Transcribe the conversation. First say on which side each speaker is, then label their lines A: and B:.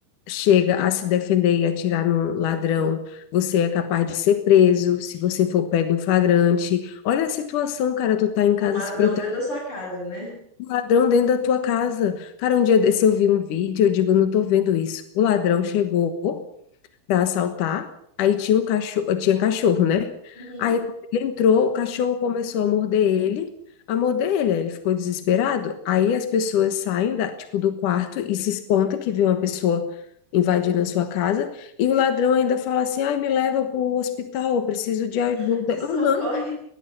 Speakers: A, on the left (about 65°); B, on the left (about 35°).
A: chega a se defender e atirar no ladrão, você é capaz de ser preso. Se você for pego em flagrante, olha a situação, cara, tu tá em casa
B: Com um ladrão
A: se protegendo
B: dentro da sua casa, né?
A: do ladrão dentro da tua casa. Cara, um dia desse eu vi um vídeo, eu digo, eu não tô vendo isso. O ladrão chegou para assaltar. Aí tinha um cachorro, tinha cachorro, né?
B: Uhum.
A: Aí quando ele entrou, o cachorro começou a morder ele, a morder ele, aí ele ficou desesperado. Aí as pessoas saem da, tipo, do quarto e se espanta que vê uma pessoa invadindo a sua casa, e o ladrão ainda fala assim: "Ai, me leva para o hospital, eu preciso de ajuda".
B: <laughs> Me socorre.
A: Aham.